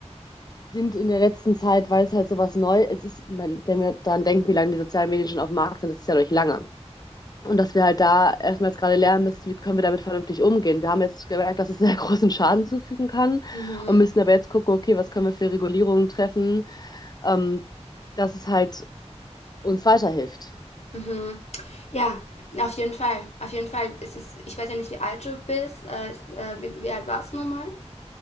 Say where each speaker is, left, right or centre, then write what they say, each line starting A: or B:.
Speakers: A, on the left; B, on the left.
A: sind in der letzten Zeit, weil es halt sowas neu es ist, ich mein, wenn wir daran denken, wie lange die sozialen Medien schon auf dem Markt sind, das ist ja noch nicht lange. Und dass wir halt da erstmal jetzt gerade lernen müssen, wie können wir damit vernünftig umgehen. Wir haben jetzt gemerkt, dass es sehr <laughs> großen Schaden zufügen kann
B: Mhm.
A: und müssen aber jetzt gucken, okay, was können wir für Regulierungen treffen, ähm, dass es halt uns weiterhilft.
B: Mhm. Ja, auf jeden Fall. Auf jeden Fall. Es ist, ich weiß ja nicht, wie alt du bist. Äh, äh, wie, wie alt warst du nochmal?